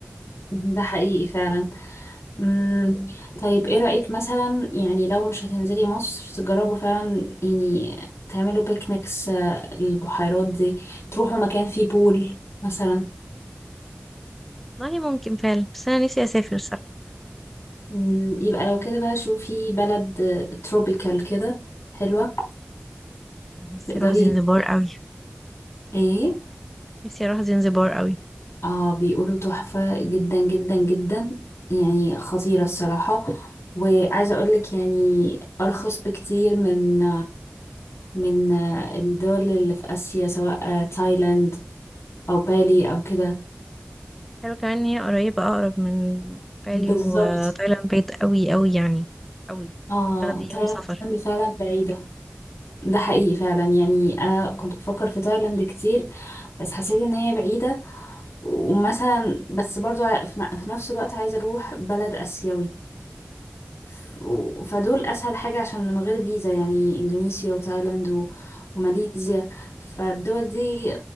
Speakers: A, on the left; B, in the centre.
A: ده حقيقي فعلا مم. طيب ايه رأيك مثلا يعني لو مش هتنزلي مصر تجربوا فعلا يعني تعملوا بيكنيكس آه، البحيرات دي تروحوا مكان فيه بول مثلا
B: والله ممكن فعلا بس أنا نفسي أسافر صراحة
A: مم، يبقى لو كده بقى شوفي بلد تروبيكال كده حلوة
B: نفسي
A: تقدري
B: أروح زنزبار أوي
A: ايه
B: نفسي أروح زنزبار أوي
A: اه بيقولوا تحفة جدا جدا جدا يعني خطيرة الصراحة وعايزة اقولك يعني ارخص بكتير من من الدول اللي في اسيا سواء تايلاند او بالي او كده
B: حلو كمان ان هي قريبة اقرب من بالي
A: بالظبط
B: وتايلاند بعيد قوي قوي يعني قوي
A: اه
B: تاخدي
A: تايلاند
B: يوم سفر
A: فعلا بعيدة ده حقيقي فعلا يعني انا كنت بفكر في تايلاند كتير بس حسيت ان هي بعيدة ومثلا بس برضو ع- في ن- في نفس الوقت عايزة أروح بلد آسيوي ف- و- فدول أسهل حاجة عشان من غير فيزا يعني إندونيسيا وتايلاند و- وماليزيا فالدول دي